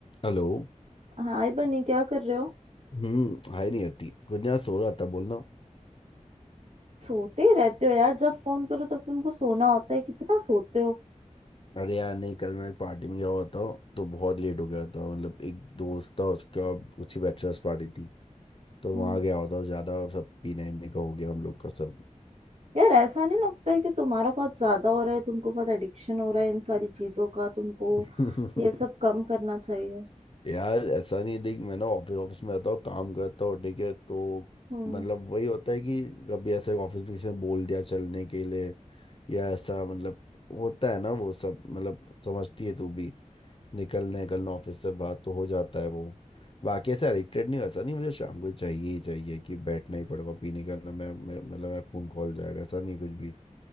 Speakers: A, on the left; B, on the right.
A: Hello
B: हाय बनी क्या कर रहे हो
A: हम्म हाय नहीं आती कुछ ना सो रहा था बोलना
B: सोते ही रहते हो यार जब फोन करो तब तुमको सोना होता है कितना सोते हो
A: अरे यार नहीं कल मैं एक पार्टी में गया हुआ था तो बहुत लेट हो गया था मतलब एक दोस्त था उसका उसकी बैचलर्स पार्टी थी तो
B: हम्म,
A: वहाँ गया हुआ था ज़्यादा सब पीने वीने का हो गया हम लोग का सब
B: यार ऐसा नहीं लगता है कि तुम्हारा बहुत ज्यादा हो रहा है तुमको बहुत एडिक्शन हो रहा है इन सारी चीजों का तुमको
A: <laughs>
B: ये सब कम करना चाहिए
A: यार ऐसा नहीं है, देख मैं ना ऑफिस ऑफिस में रहता हूँ काम करता हूँ ठीक है तो
B: हम्म
A: मतलब वही होता है कि कभी ऐसे ऑफिस में किसी ने बोल दिया चलने के लिए या ऐसा मतलब होता है ना वो सब मतलब समझती है तू भी निकलने निकलना ऑफिस से बात तो हो जाता है वो बाकी ऐसे एडिक्टेड नहीं वैसा नहीं मुझे शाम को चाहिए ही चाहिए कि बैठना ही पड़ेगा पीने का ना मैं मैं- मतलब मैं खून खौल जाएगा ऐसा नहीं कुछ भी